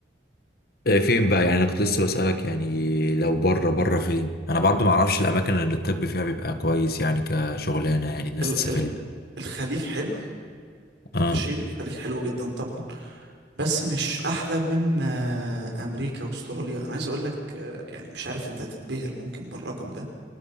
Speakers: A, on the left; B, on the right.
A: آه، فين بقى يعني انا كنت لسه بسألك يعني لو بره بره فين انا برضو ما اعرفش الاماكن اللي الطب فيها بيبقى كويس يعني كشغلانه يعني الناس
B: ال
A: تسافر
B: ال
A: لها.
B: الخليج حلو
A: اه
B: ماشي الخليج حلو جدا طبعا بس مش احلى من آه، امريكا واستراليا انا عايز اقول لك آه، يعني مش عارف انت هتتبهر ممكن بالرقم ده